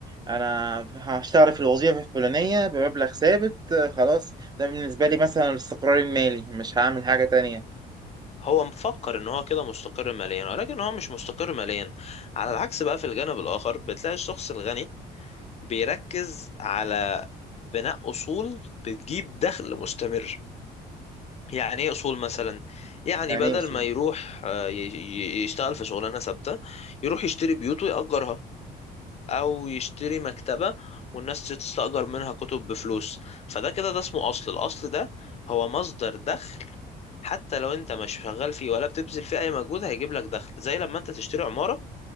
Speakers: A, on the right (about 25°); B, on the left (about 40°).
A: انا هشتغل في الوظيفه الفلانيه بمبلغ ثابت آه، خلاص ده بالنسبه لي مثلا الاستقرار المالي مش هعمل حاجه تانية
B: هو مفكر ان هو كده مستقر ماليا ولكن هو مش مستقر ماليا على العكس بقى في الجانب الاخر بتلاقي الشخص الغني بيركز على بناء أصول بتجيب دخل مستمر يعني ايه اصول مثلا يعني
A: يعني
B: بدل
A: ايه اصول
B: ما يروح آه، ي- ي- يشتغل في شغلانه ثابته يروح يشتري بيوت ويأجرها او يشتري مكتبه والناس تستأجر منها كتب بفلوس فده كده ده اسمه اصل الاصل ده هو مصدر دخل حتى لو انت مش شغال فيه ولا بتبذل فيه اي مجهود هيجيب لك دخل زي لما انت تشتري عمارة